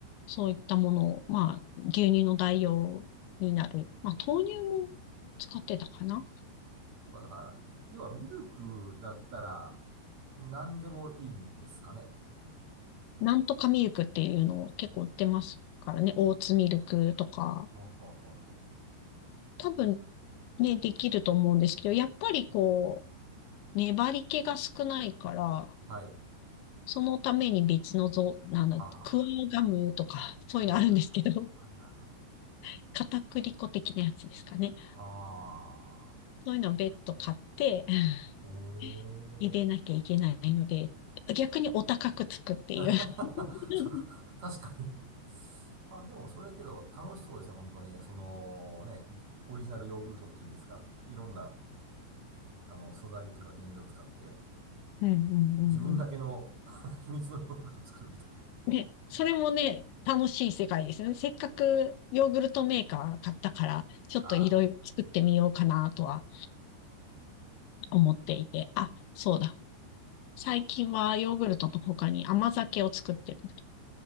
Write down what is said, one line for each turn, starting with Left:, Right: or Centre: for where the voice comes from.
Left: そういったものを、まあ、牛乳の代用になる。まあ、豆乳も使ってたかな。
Right: うかだから、要はミルクだったら何でもいいんですかね。
Left: なんとかミルクっていうのを結構売ってますからね。オーツミルクとか。
Right: はあはあはあは
Left: 多分ね、できると思うんですけど、やっぱりこう、粘り気が少ないから、
Right: あ。はい。
Left: そのために別のぞ、なんだ、
Right: あはは
Left: クワガムとか、そういうのあるんですけど、
Right: はいはいはい。はいはいはい。
Left: <laughs> 片栗粉的なやつですかね。
Right: ああ。
Left: そういうのを別途買って、<laughs>
Right: お
Left: 入れなきゃいけないので、
Right: ー。
Left: 逆にお高くつくっていう。
Right: <laughs> 確かに。
Left: <laughs>
Right: あ、でもそれけど楽しそうですね、本当に。そのね、オリジナルヨーグルトっていうんですか。いろんな、あの、素材っていうか原料を使って、
Left: うんうんうんうん。
Right: 自分だけの <laughs> 秘密のヨーグルトを作るみたいな。
Left: <laughs> ね、それもね、楽しい世界ですよね。せっかくヨーグルトメーカー買ったから、ちょっといろいろ作ってみようかなとは
Right: ああ、はいはいはい。
Left: 思っていて、あ、そうだ。最近はヨーグルトの他に甘酒を作ってるみたい。